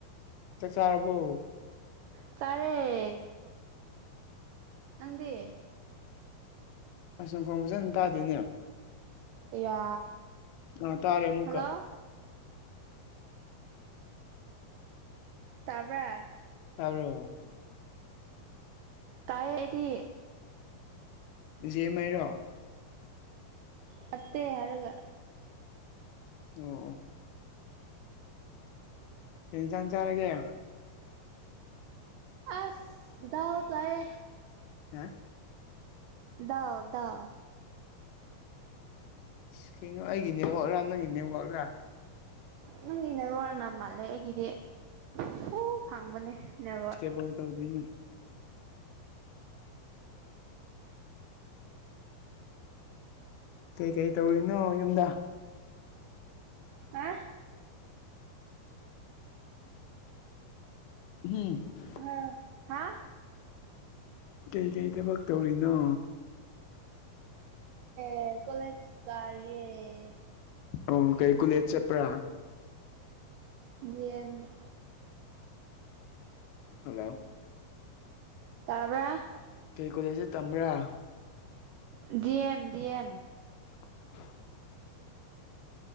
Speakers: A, on the left; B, on the right.
A: ꯆꯥꯛ ꯆꯥꯔꯕꯣ
B: ꯆꯥꯔꯦ ꯅꯪꯗꯤ
A: ꯑꯁ ꯅꯪ ꯈꯣꯟ ꯐꯖꯥꯟꯅ ꯇꯥꯗꯦꯅꯦ ꯇꯥꯗꯦꯅꯦ
B: ꯑꯌꯥ
A: ꯑꯥ ꯇꯥꯔꯦ ꯑꯃꯨꯛꯀ
B: ꯍꯜꯂꯣ ꯇꯥꯕ꯭ꯔꯥ
A: ꯇꯥꯕ꯭ꯔꯣ
B: ꯇꯥꯏꯌꯦ ꯑꯩꯗꯤ
A: ꯖꯦꯃꯥꯏꯔꯣ <inaudible>
B: ꯅꯠꯇꯦ ꯍꯥꯏꯔꯒ
A: ꯑꯣ ꯑꯣ ꯀꯩ ꯌꯦꯟꯁꯥꯡ ꯆꯥꯔꯒꯦ
B: ꯑꯁ ꯗꯥꯜ ꯆꯥꯢꯌꯦ
A: ꯍꯥ
B: ꯗꯥꯜ ꯗꯥꯜ
A: ꯑꯁ ꯀꯩꯅꯣ ꯑꯩꯒꯤ ꯅꯦꯠꯋꯥꯛꯂꯥ ꯅꯪꯒꯤ ꯅꯦꯠꯋꯥꯛꯔꯥ
B: ꯅꯪꯒꯤ ꯅꯦꯠꯋꯥꯛꯅ ꯃꯥꯜꯂꯦ ꯑꯩꯒꯤꯗꯤ ꯐꯨꯜ ꯐꯪꯕꯅꯦ ꯅꯦꯠꯋꯥꯛ
A: ꯕꯣ ꯇꯧꯗ <inaudible> ꯀꯩꯀꯩ ꯇꯧꯔꯤꯅꯣ ꯌꯨꯝꯗ
B: ꯍꯥ
A: ꯎꯝ <inaudible>
B: ꯍ ꯍꯥ
A: ꯀꯩꯀꯩ ꯊꯕꯛ ꯇꯧꯔꯤꯅꯣ
B: <unintelligible> ꯀꯣꯂꯦꯖ ꯀꯥꯔꯤꯌꯦ
A: ꯑꯣ ꯀꯩ ꯀꯨꯂꯦꯖ ꯆꯠꯄ꯭ꯔꯥ
B: ꯗꯤ ꯌꯦꯝ ꯗ
A: ꯍꯜꯂꯣ
B: ꯇꯥꯕ꯭ꯔꯥ
A: ꯀꯩ ꯀꯣꯂꯦꯁꯗ ꯇꯝꯕ꯭ꯔꯥ
B: ꯗꯤꯑꯦꯝ ꯗꯤꯑꯦꯝ
A: <inaudible>